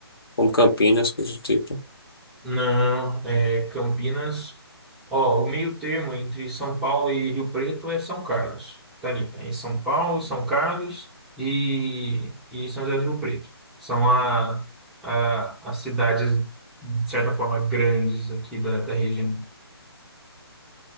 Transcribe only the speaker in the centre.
Não, é Campinas. Ó, o meio termo entre São Paulo e Rio Preto é São Carlos. Tá ali. É São Paulo, São Carlos e, e São José do Rio Preto. São a, a, as cidades, de certa forma, grandes aqui da, da região.